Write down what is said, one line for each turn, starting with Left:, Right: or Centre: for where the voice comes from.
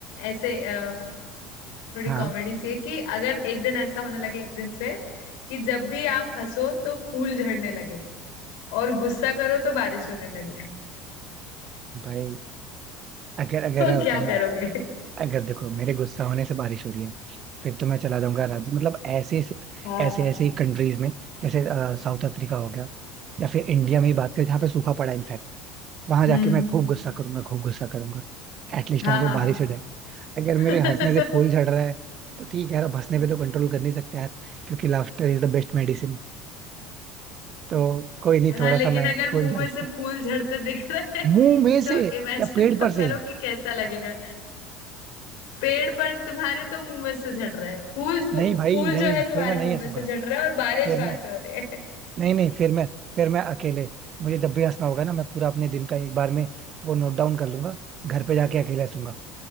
Left: ऐसे अ, थोड़ी
Right: हाँ
Left: कॉमेडी सी है कि अगर एक दिन ऐसा होने लगे एक दिन से कि जब भी आप हंसो तो फूल झड़ने लगे और गुस्सा करो तो बारिश होने लगे
Right: भाई अगर
Left: <laughs>
Right: अगर
Left: तो
Right: मैं
Left: क्या
Right: बताऊँ ना
Left: करोगे
Right: अगर देखो मेरे गुस्सा होने से बारिश हो रही है फिर तो मैं चला जाऊंगा राज्य मतलब ऐसे
Left: हाँ
Right: ऐसे ऐसे ही कंट्रीज में जैसे साउथ अफ्रीका हो गया या फिर इंडिया में ही बात करें जहाँ पे सूखा पड़ा है वहां
Left: हम्म
Right: जाके मैं खूब गुस्सा करूंगा खूब गुस्सा करूंगा एटलीस्ट
Left: हाँ
Right: वहां पे बारिश हो जाए अगर मेरे
Left: हाँ
Right: हंसने से फूल झड़ रहा है तो ठीक है यार अब हंसने
Left: <laughs>
Right: पे तो कंट्रोल कर नहीं सकते यार क्योंकि laughter is the best medicine तो कोई नहीं
Left: हाँ
Right: थोड़ा
Left: लेकिन
Right: सा मैं
Left: अगर
Right: फूल
Left: मुंह
Right: झड़
Left: में से फूल झड़ते दिख रहे हैं
Right: मुंह में से
Left: तो इमेजिन
Right: या पेड़
Left: तो
Right: पर
Left: करो
Right: से
Left: कि कैसा लगेगा पेड़ पर तुम्हारे तो मुंह में से झड़ रहे हैं फूल फू,
Right: नहीं भाई
Left: फूल
Right: नहीं
Left: जो है तुम्हारे
Right: फिर मैं नहीं
Left: मुंह
Right: हंसूंगा
Left: में से झड़ रहा है और बारिश
Right: फिर
Left: वहां
Right: मैं
Left: से हो रही है
Right: नहीं नहीं फिर मैं फिर मैं अकेले मुझे जब भी हंसना होगा ना मैं पूरा अपने दिन का एक बार में वो नोट डाउन कर लूंगा घर पे जाके अकेले हंसूंगा